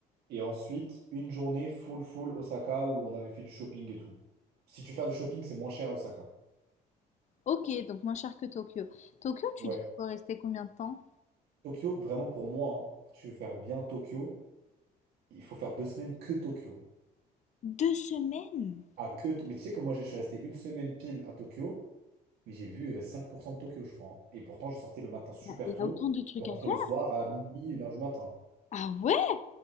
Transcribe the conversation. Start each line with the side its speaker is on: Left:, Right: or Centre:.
Right: Et ensuite, une journée full, full Osaka où on avait fait du shopping et tout. Si tu fais du shopping, c'est moins cher à Osaka.
Left: Ok, donc moins cher que Tokyo. Tokyo, tu
Right: Ouais.
Left: dis qu'il faut rester combien de temps?
Right: Tokyo, vraiment pour moi, hein, si tu veux faire bien Tokyo, il faut faire deux semaines que Tokyo.
Left: Deux semaines?
Right: À que To- Mais tu sais que moi, je suis resté une semaine pile à Tokyo, mais j'ai vu euh, 5% de Tokyo, je crois. hein. Et pourtant, je sortais le matin super
Left: Il y a il
Right: tôt
Left: y a autant de trucs
Right: et on rentrait
Left: à faire?
Right: le soir à minuit, une heure du matin.
Left: Ah ouais?